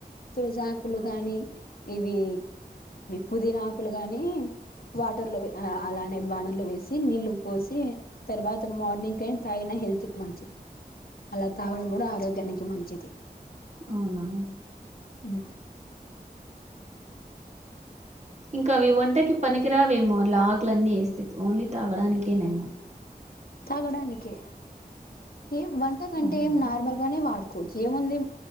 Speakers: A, on the left (about 65°); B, on the right (about 45°).
A: తులసాకులు గాని ఇవి పుదీనాకులు గానీ వాటర్ లో వే అలానే బాణర్ లో వేసి నీళ్ళు పోసి తర్వాత మార్నింగ్ అయినా తాగిన హెల్త్ కి మంచిది అలా తాగడం కూడా ఆరోగ్యానికి మంచిది
B: ఉవునా
A: ఉ
B: ఇంకా అవి ఒంటకి పనికిరావేమో అలా ఆకులన్నీ ఏస్త ఓన్లీ తాగడానికేనేమో
A: తాగడానికే ఏం వంట కంటే
B: అవునా
A: ఏం నార్మల్ గానే వాడు చి ఏముంది